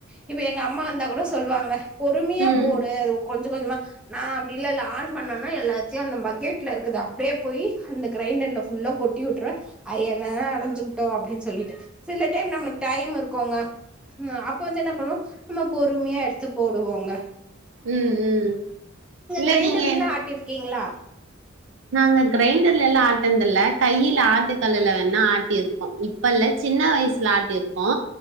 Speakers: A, in the centre; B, on the right (about 65°).
A: இப்ப எங்க அம்மா வந்தா கூட சொல்லுவாங்க பொறுமையா
B: ம்,
A: போடு அது கொஞ்சம் கொஞ்சமா நா அப்டி இல்ல இல்ல ஆன் பண்ணோன்னா எல்லாத்தையு அந்த பக்கெட்ல இருக்கது அப்டியே போய் அந்த கிரைண்டர்ல ஃபுல்லா கொட்டி வுட்ருவ அது என்ன தா அரைஞ்சிக்கிட்டு அப்டின்னு சொல்லிட்டு சில டைம் நம்மளுக்கு டைம் இருக்கோங்க அப்போ வந்து என்ன பண்ணுவோம் நம்ம பொறுமையா எடுத்து போடுவோங்க.
B: ம் ம் இல்ல
A: கிரைண்டர்ல
B: நீங்க
A: ஆட்டிருக்கீங்களா
B: நாங்க கிரைண்டர்ல ல்லா ஆட்ன தில்ல கையில ஆட்டுக்கல்லுல வேணா ஆட்டிருக்கோ. இப்ப இல்ல சின்ன வயசுல ஆட்டிருக்கோ